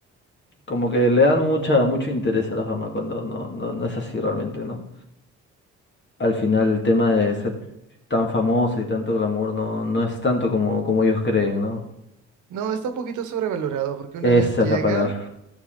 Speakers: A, on the left; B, on the right.
A: Como que le dan mucha, mucho interés a la fama cuando no, no, no es así realmente, ¿no? Al final el tema de ser tan famoso y tanto glamour no, no es tanto como, como ellos creen, ¿no?
B: No, está un poquito sobrevalorado porque una
A: Esa
B: vez llega
A: es la palabra.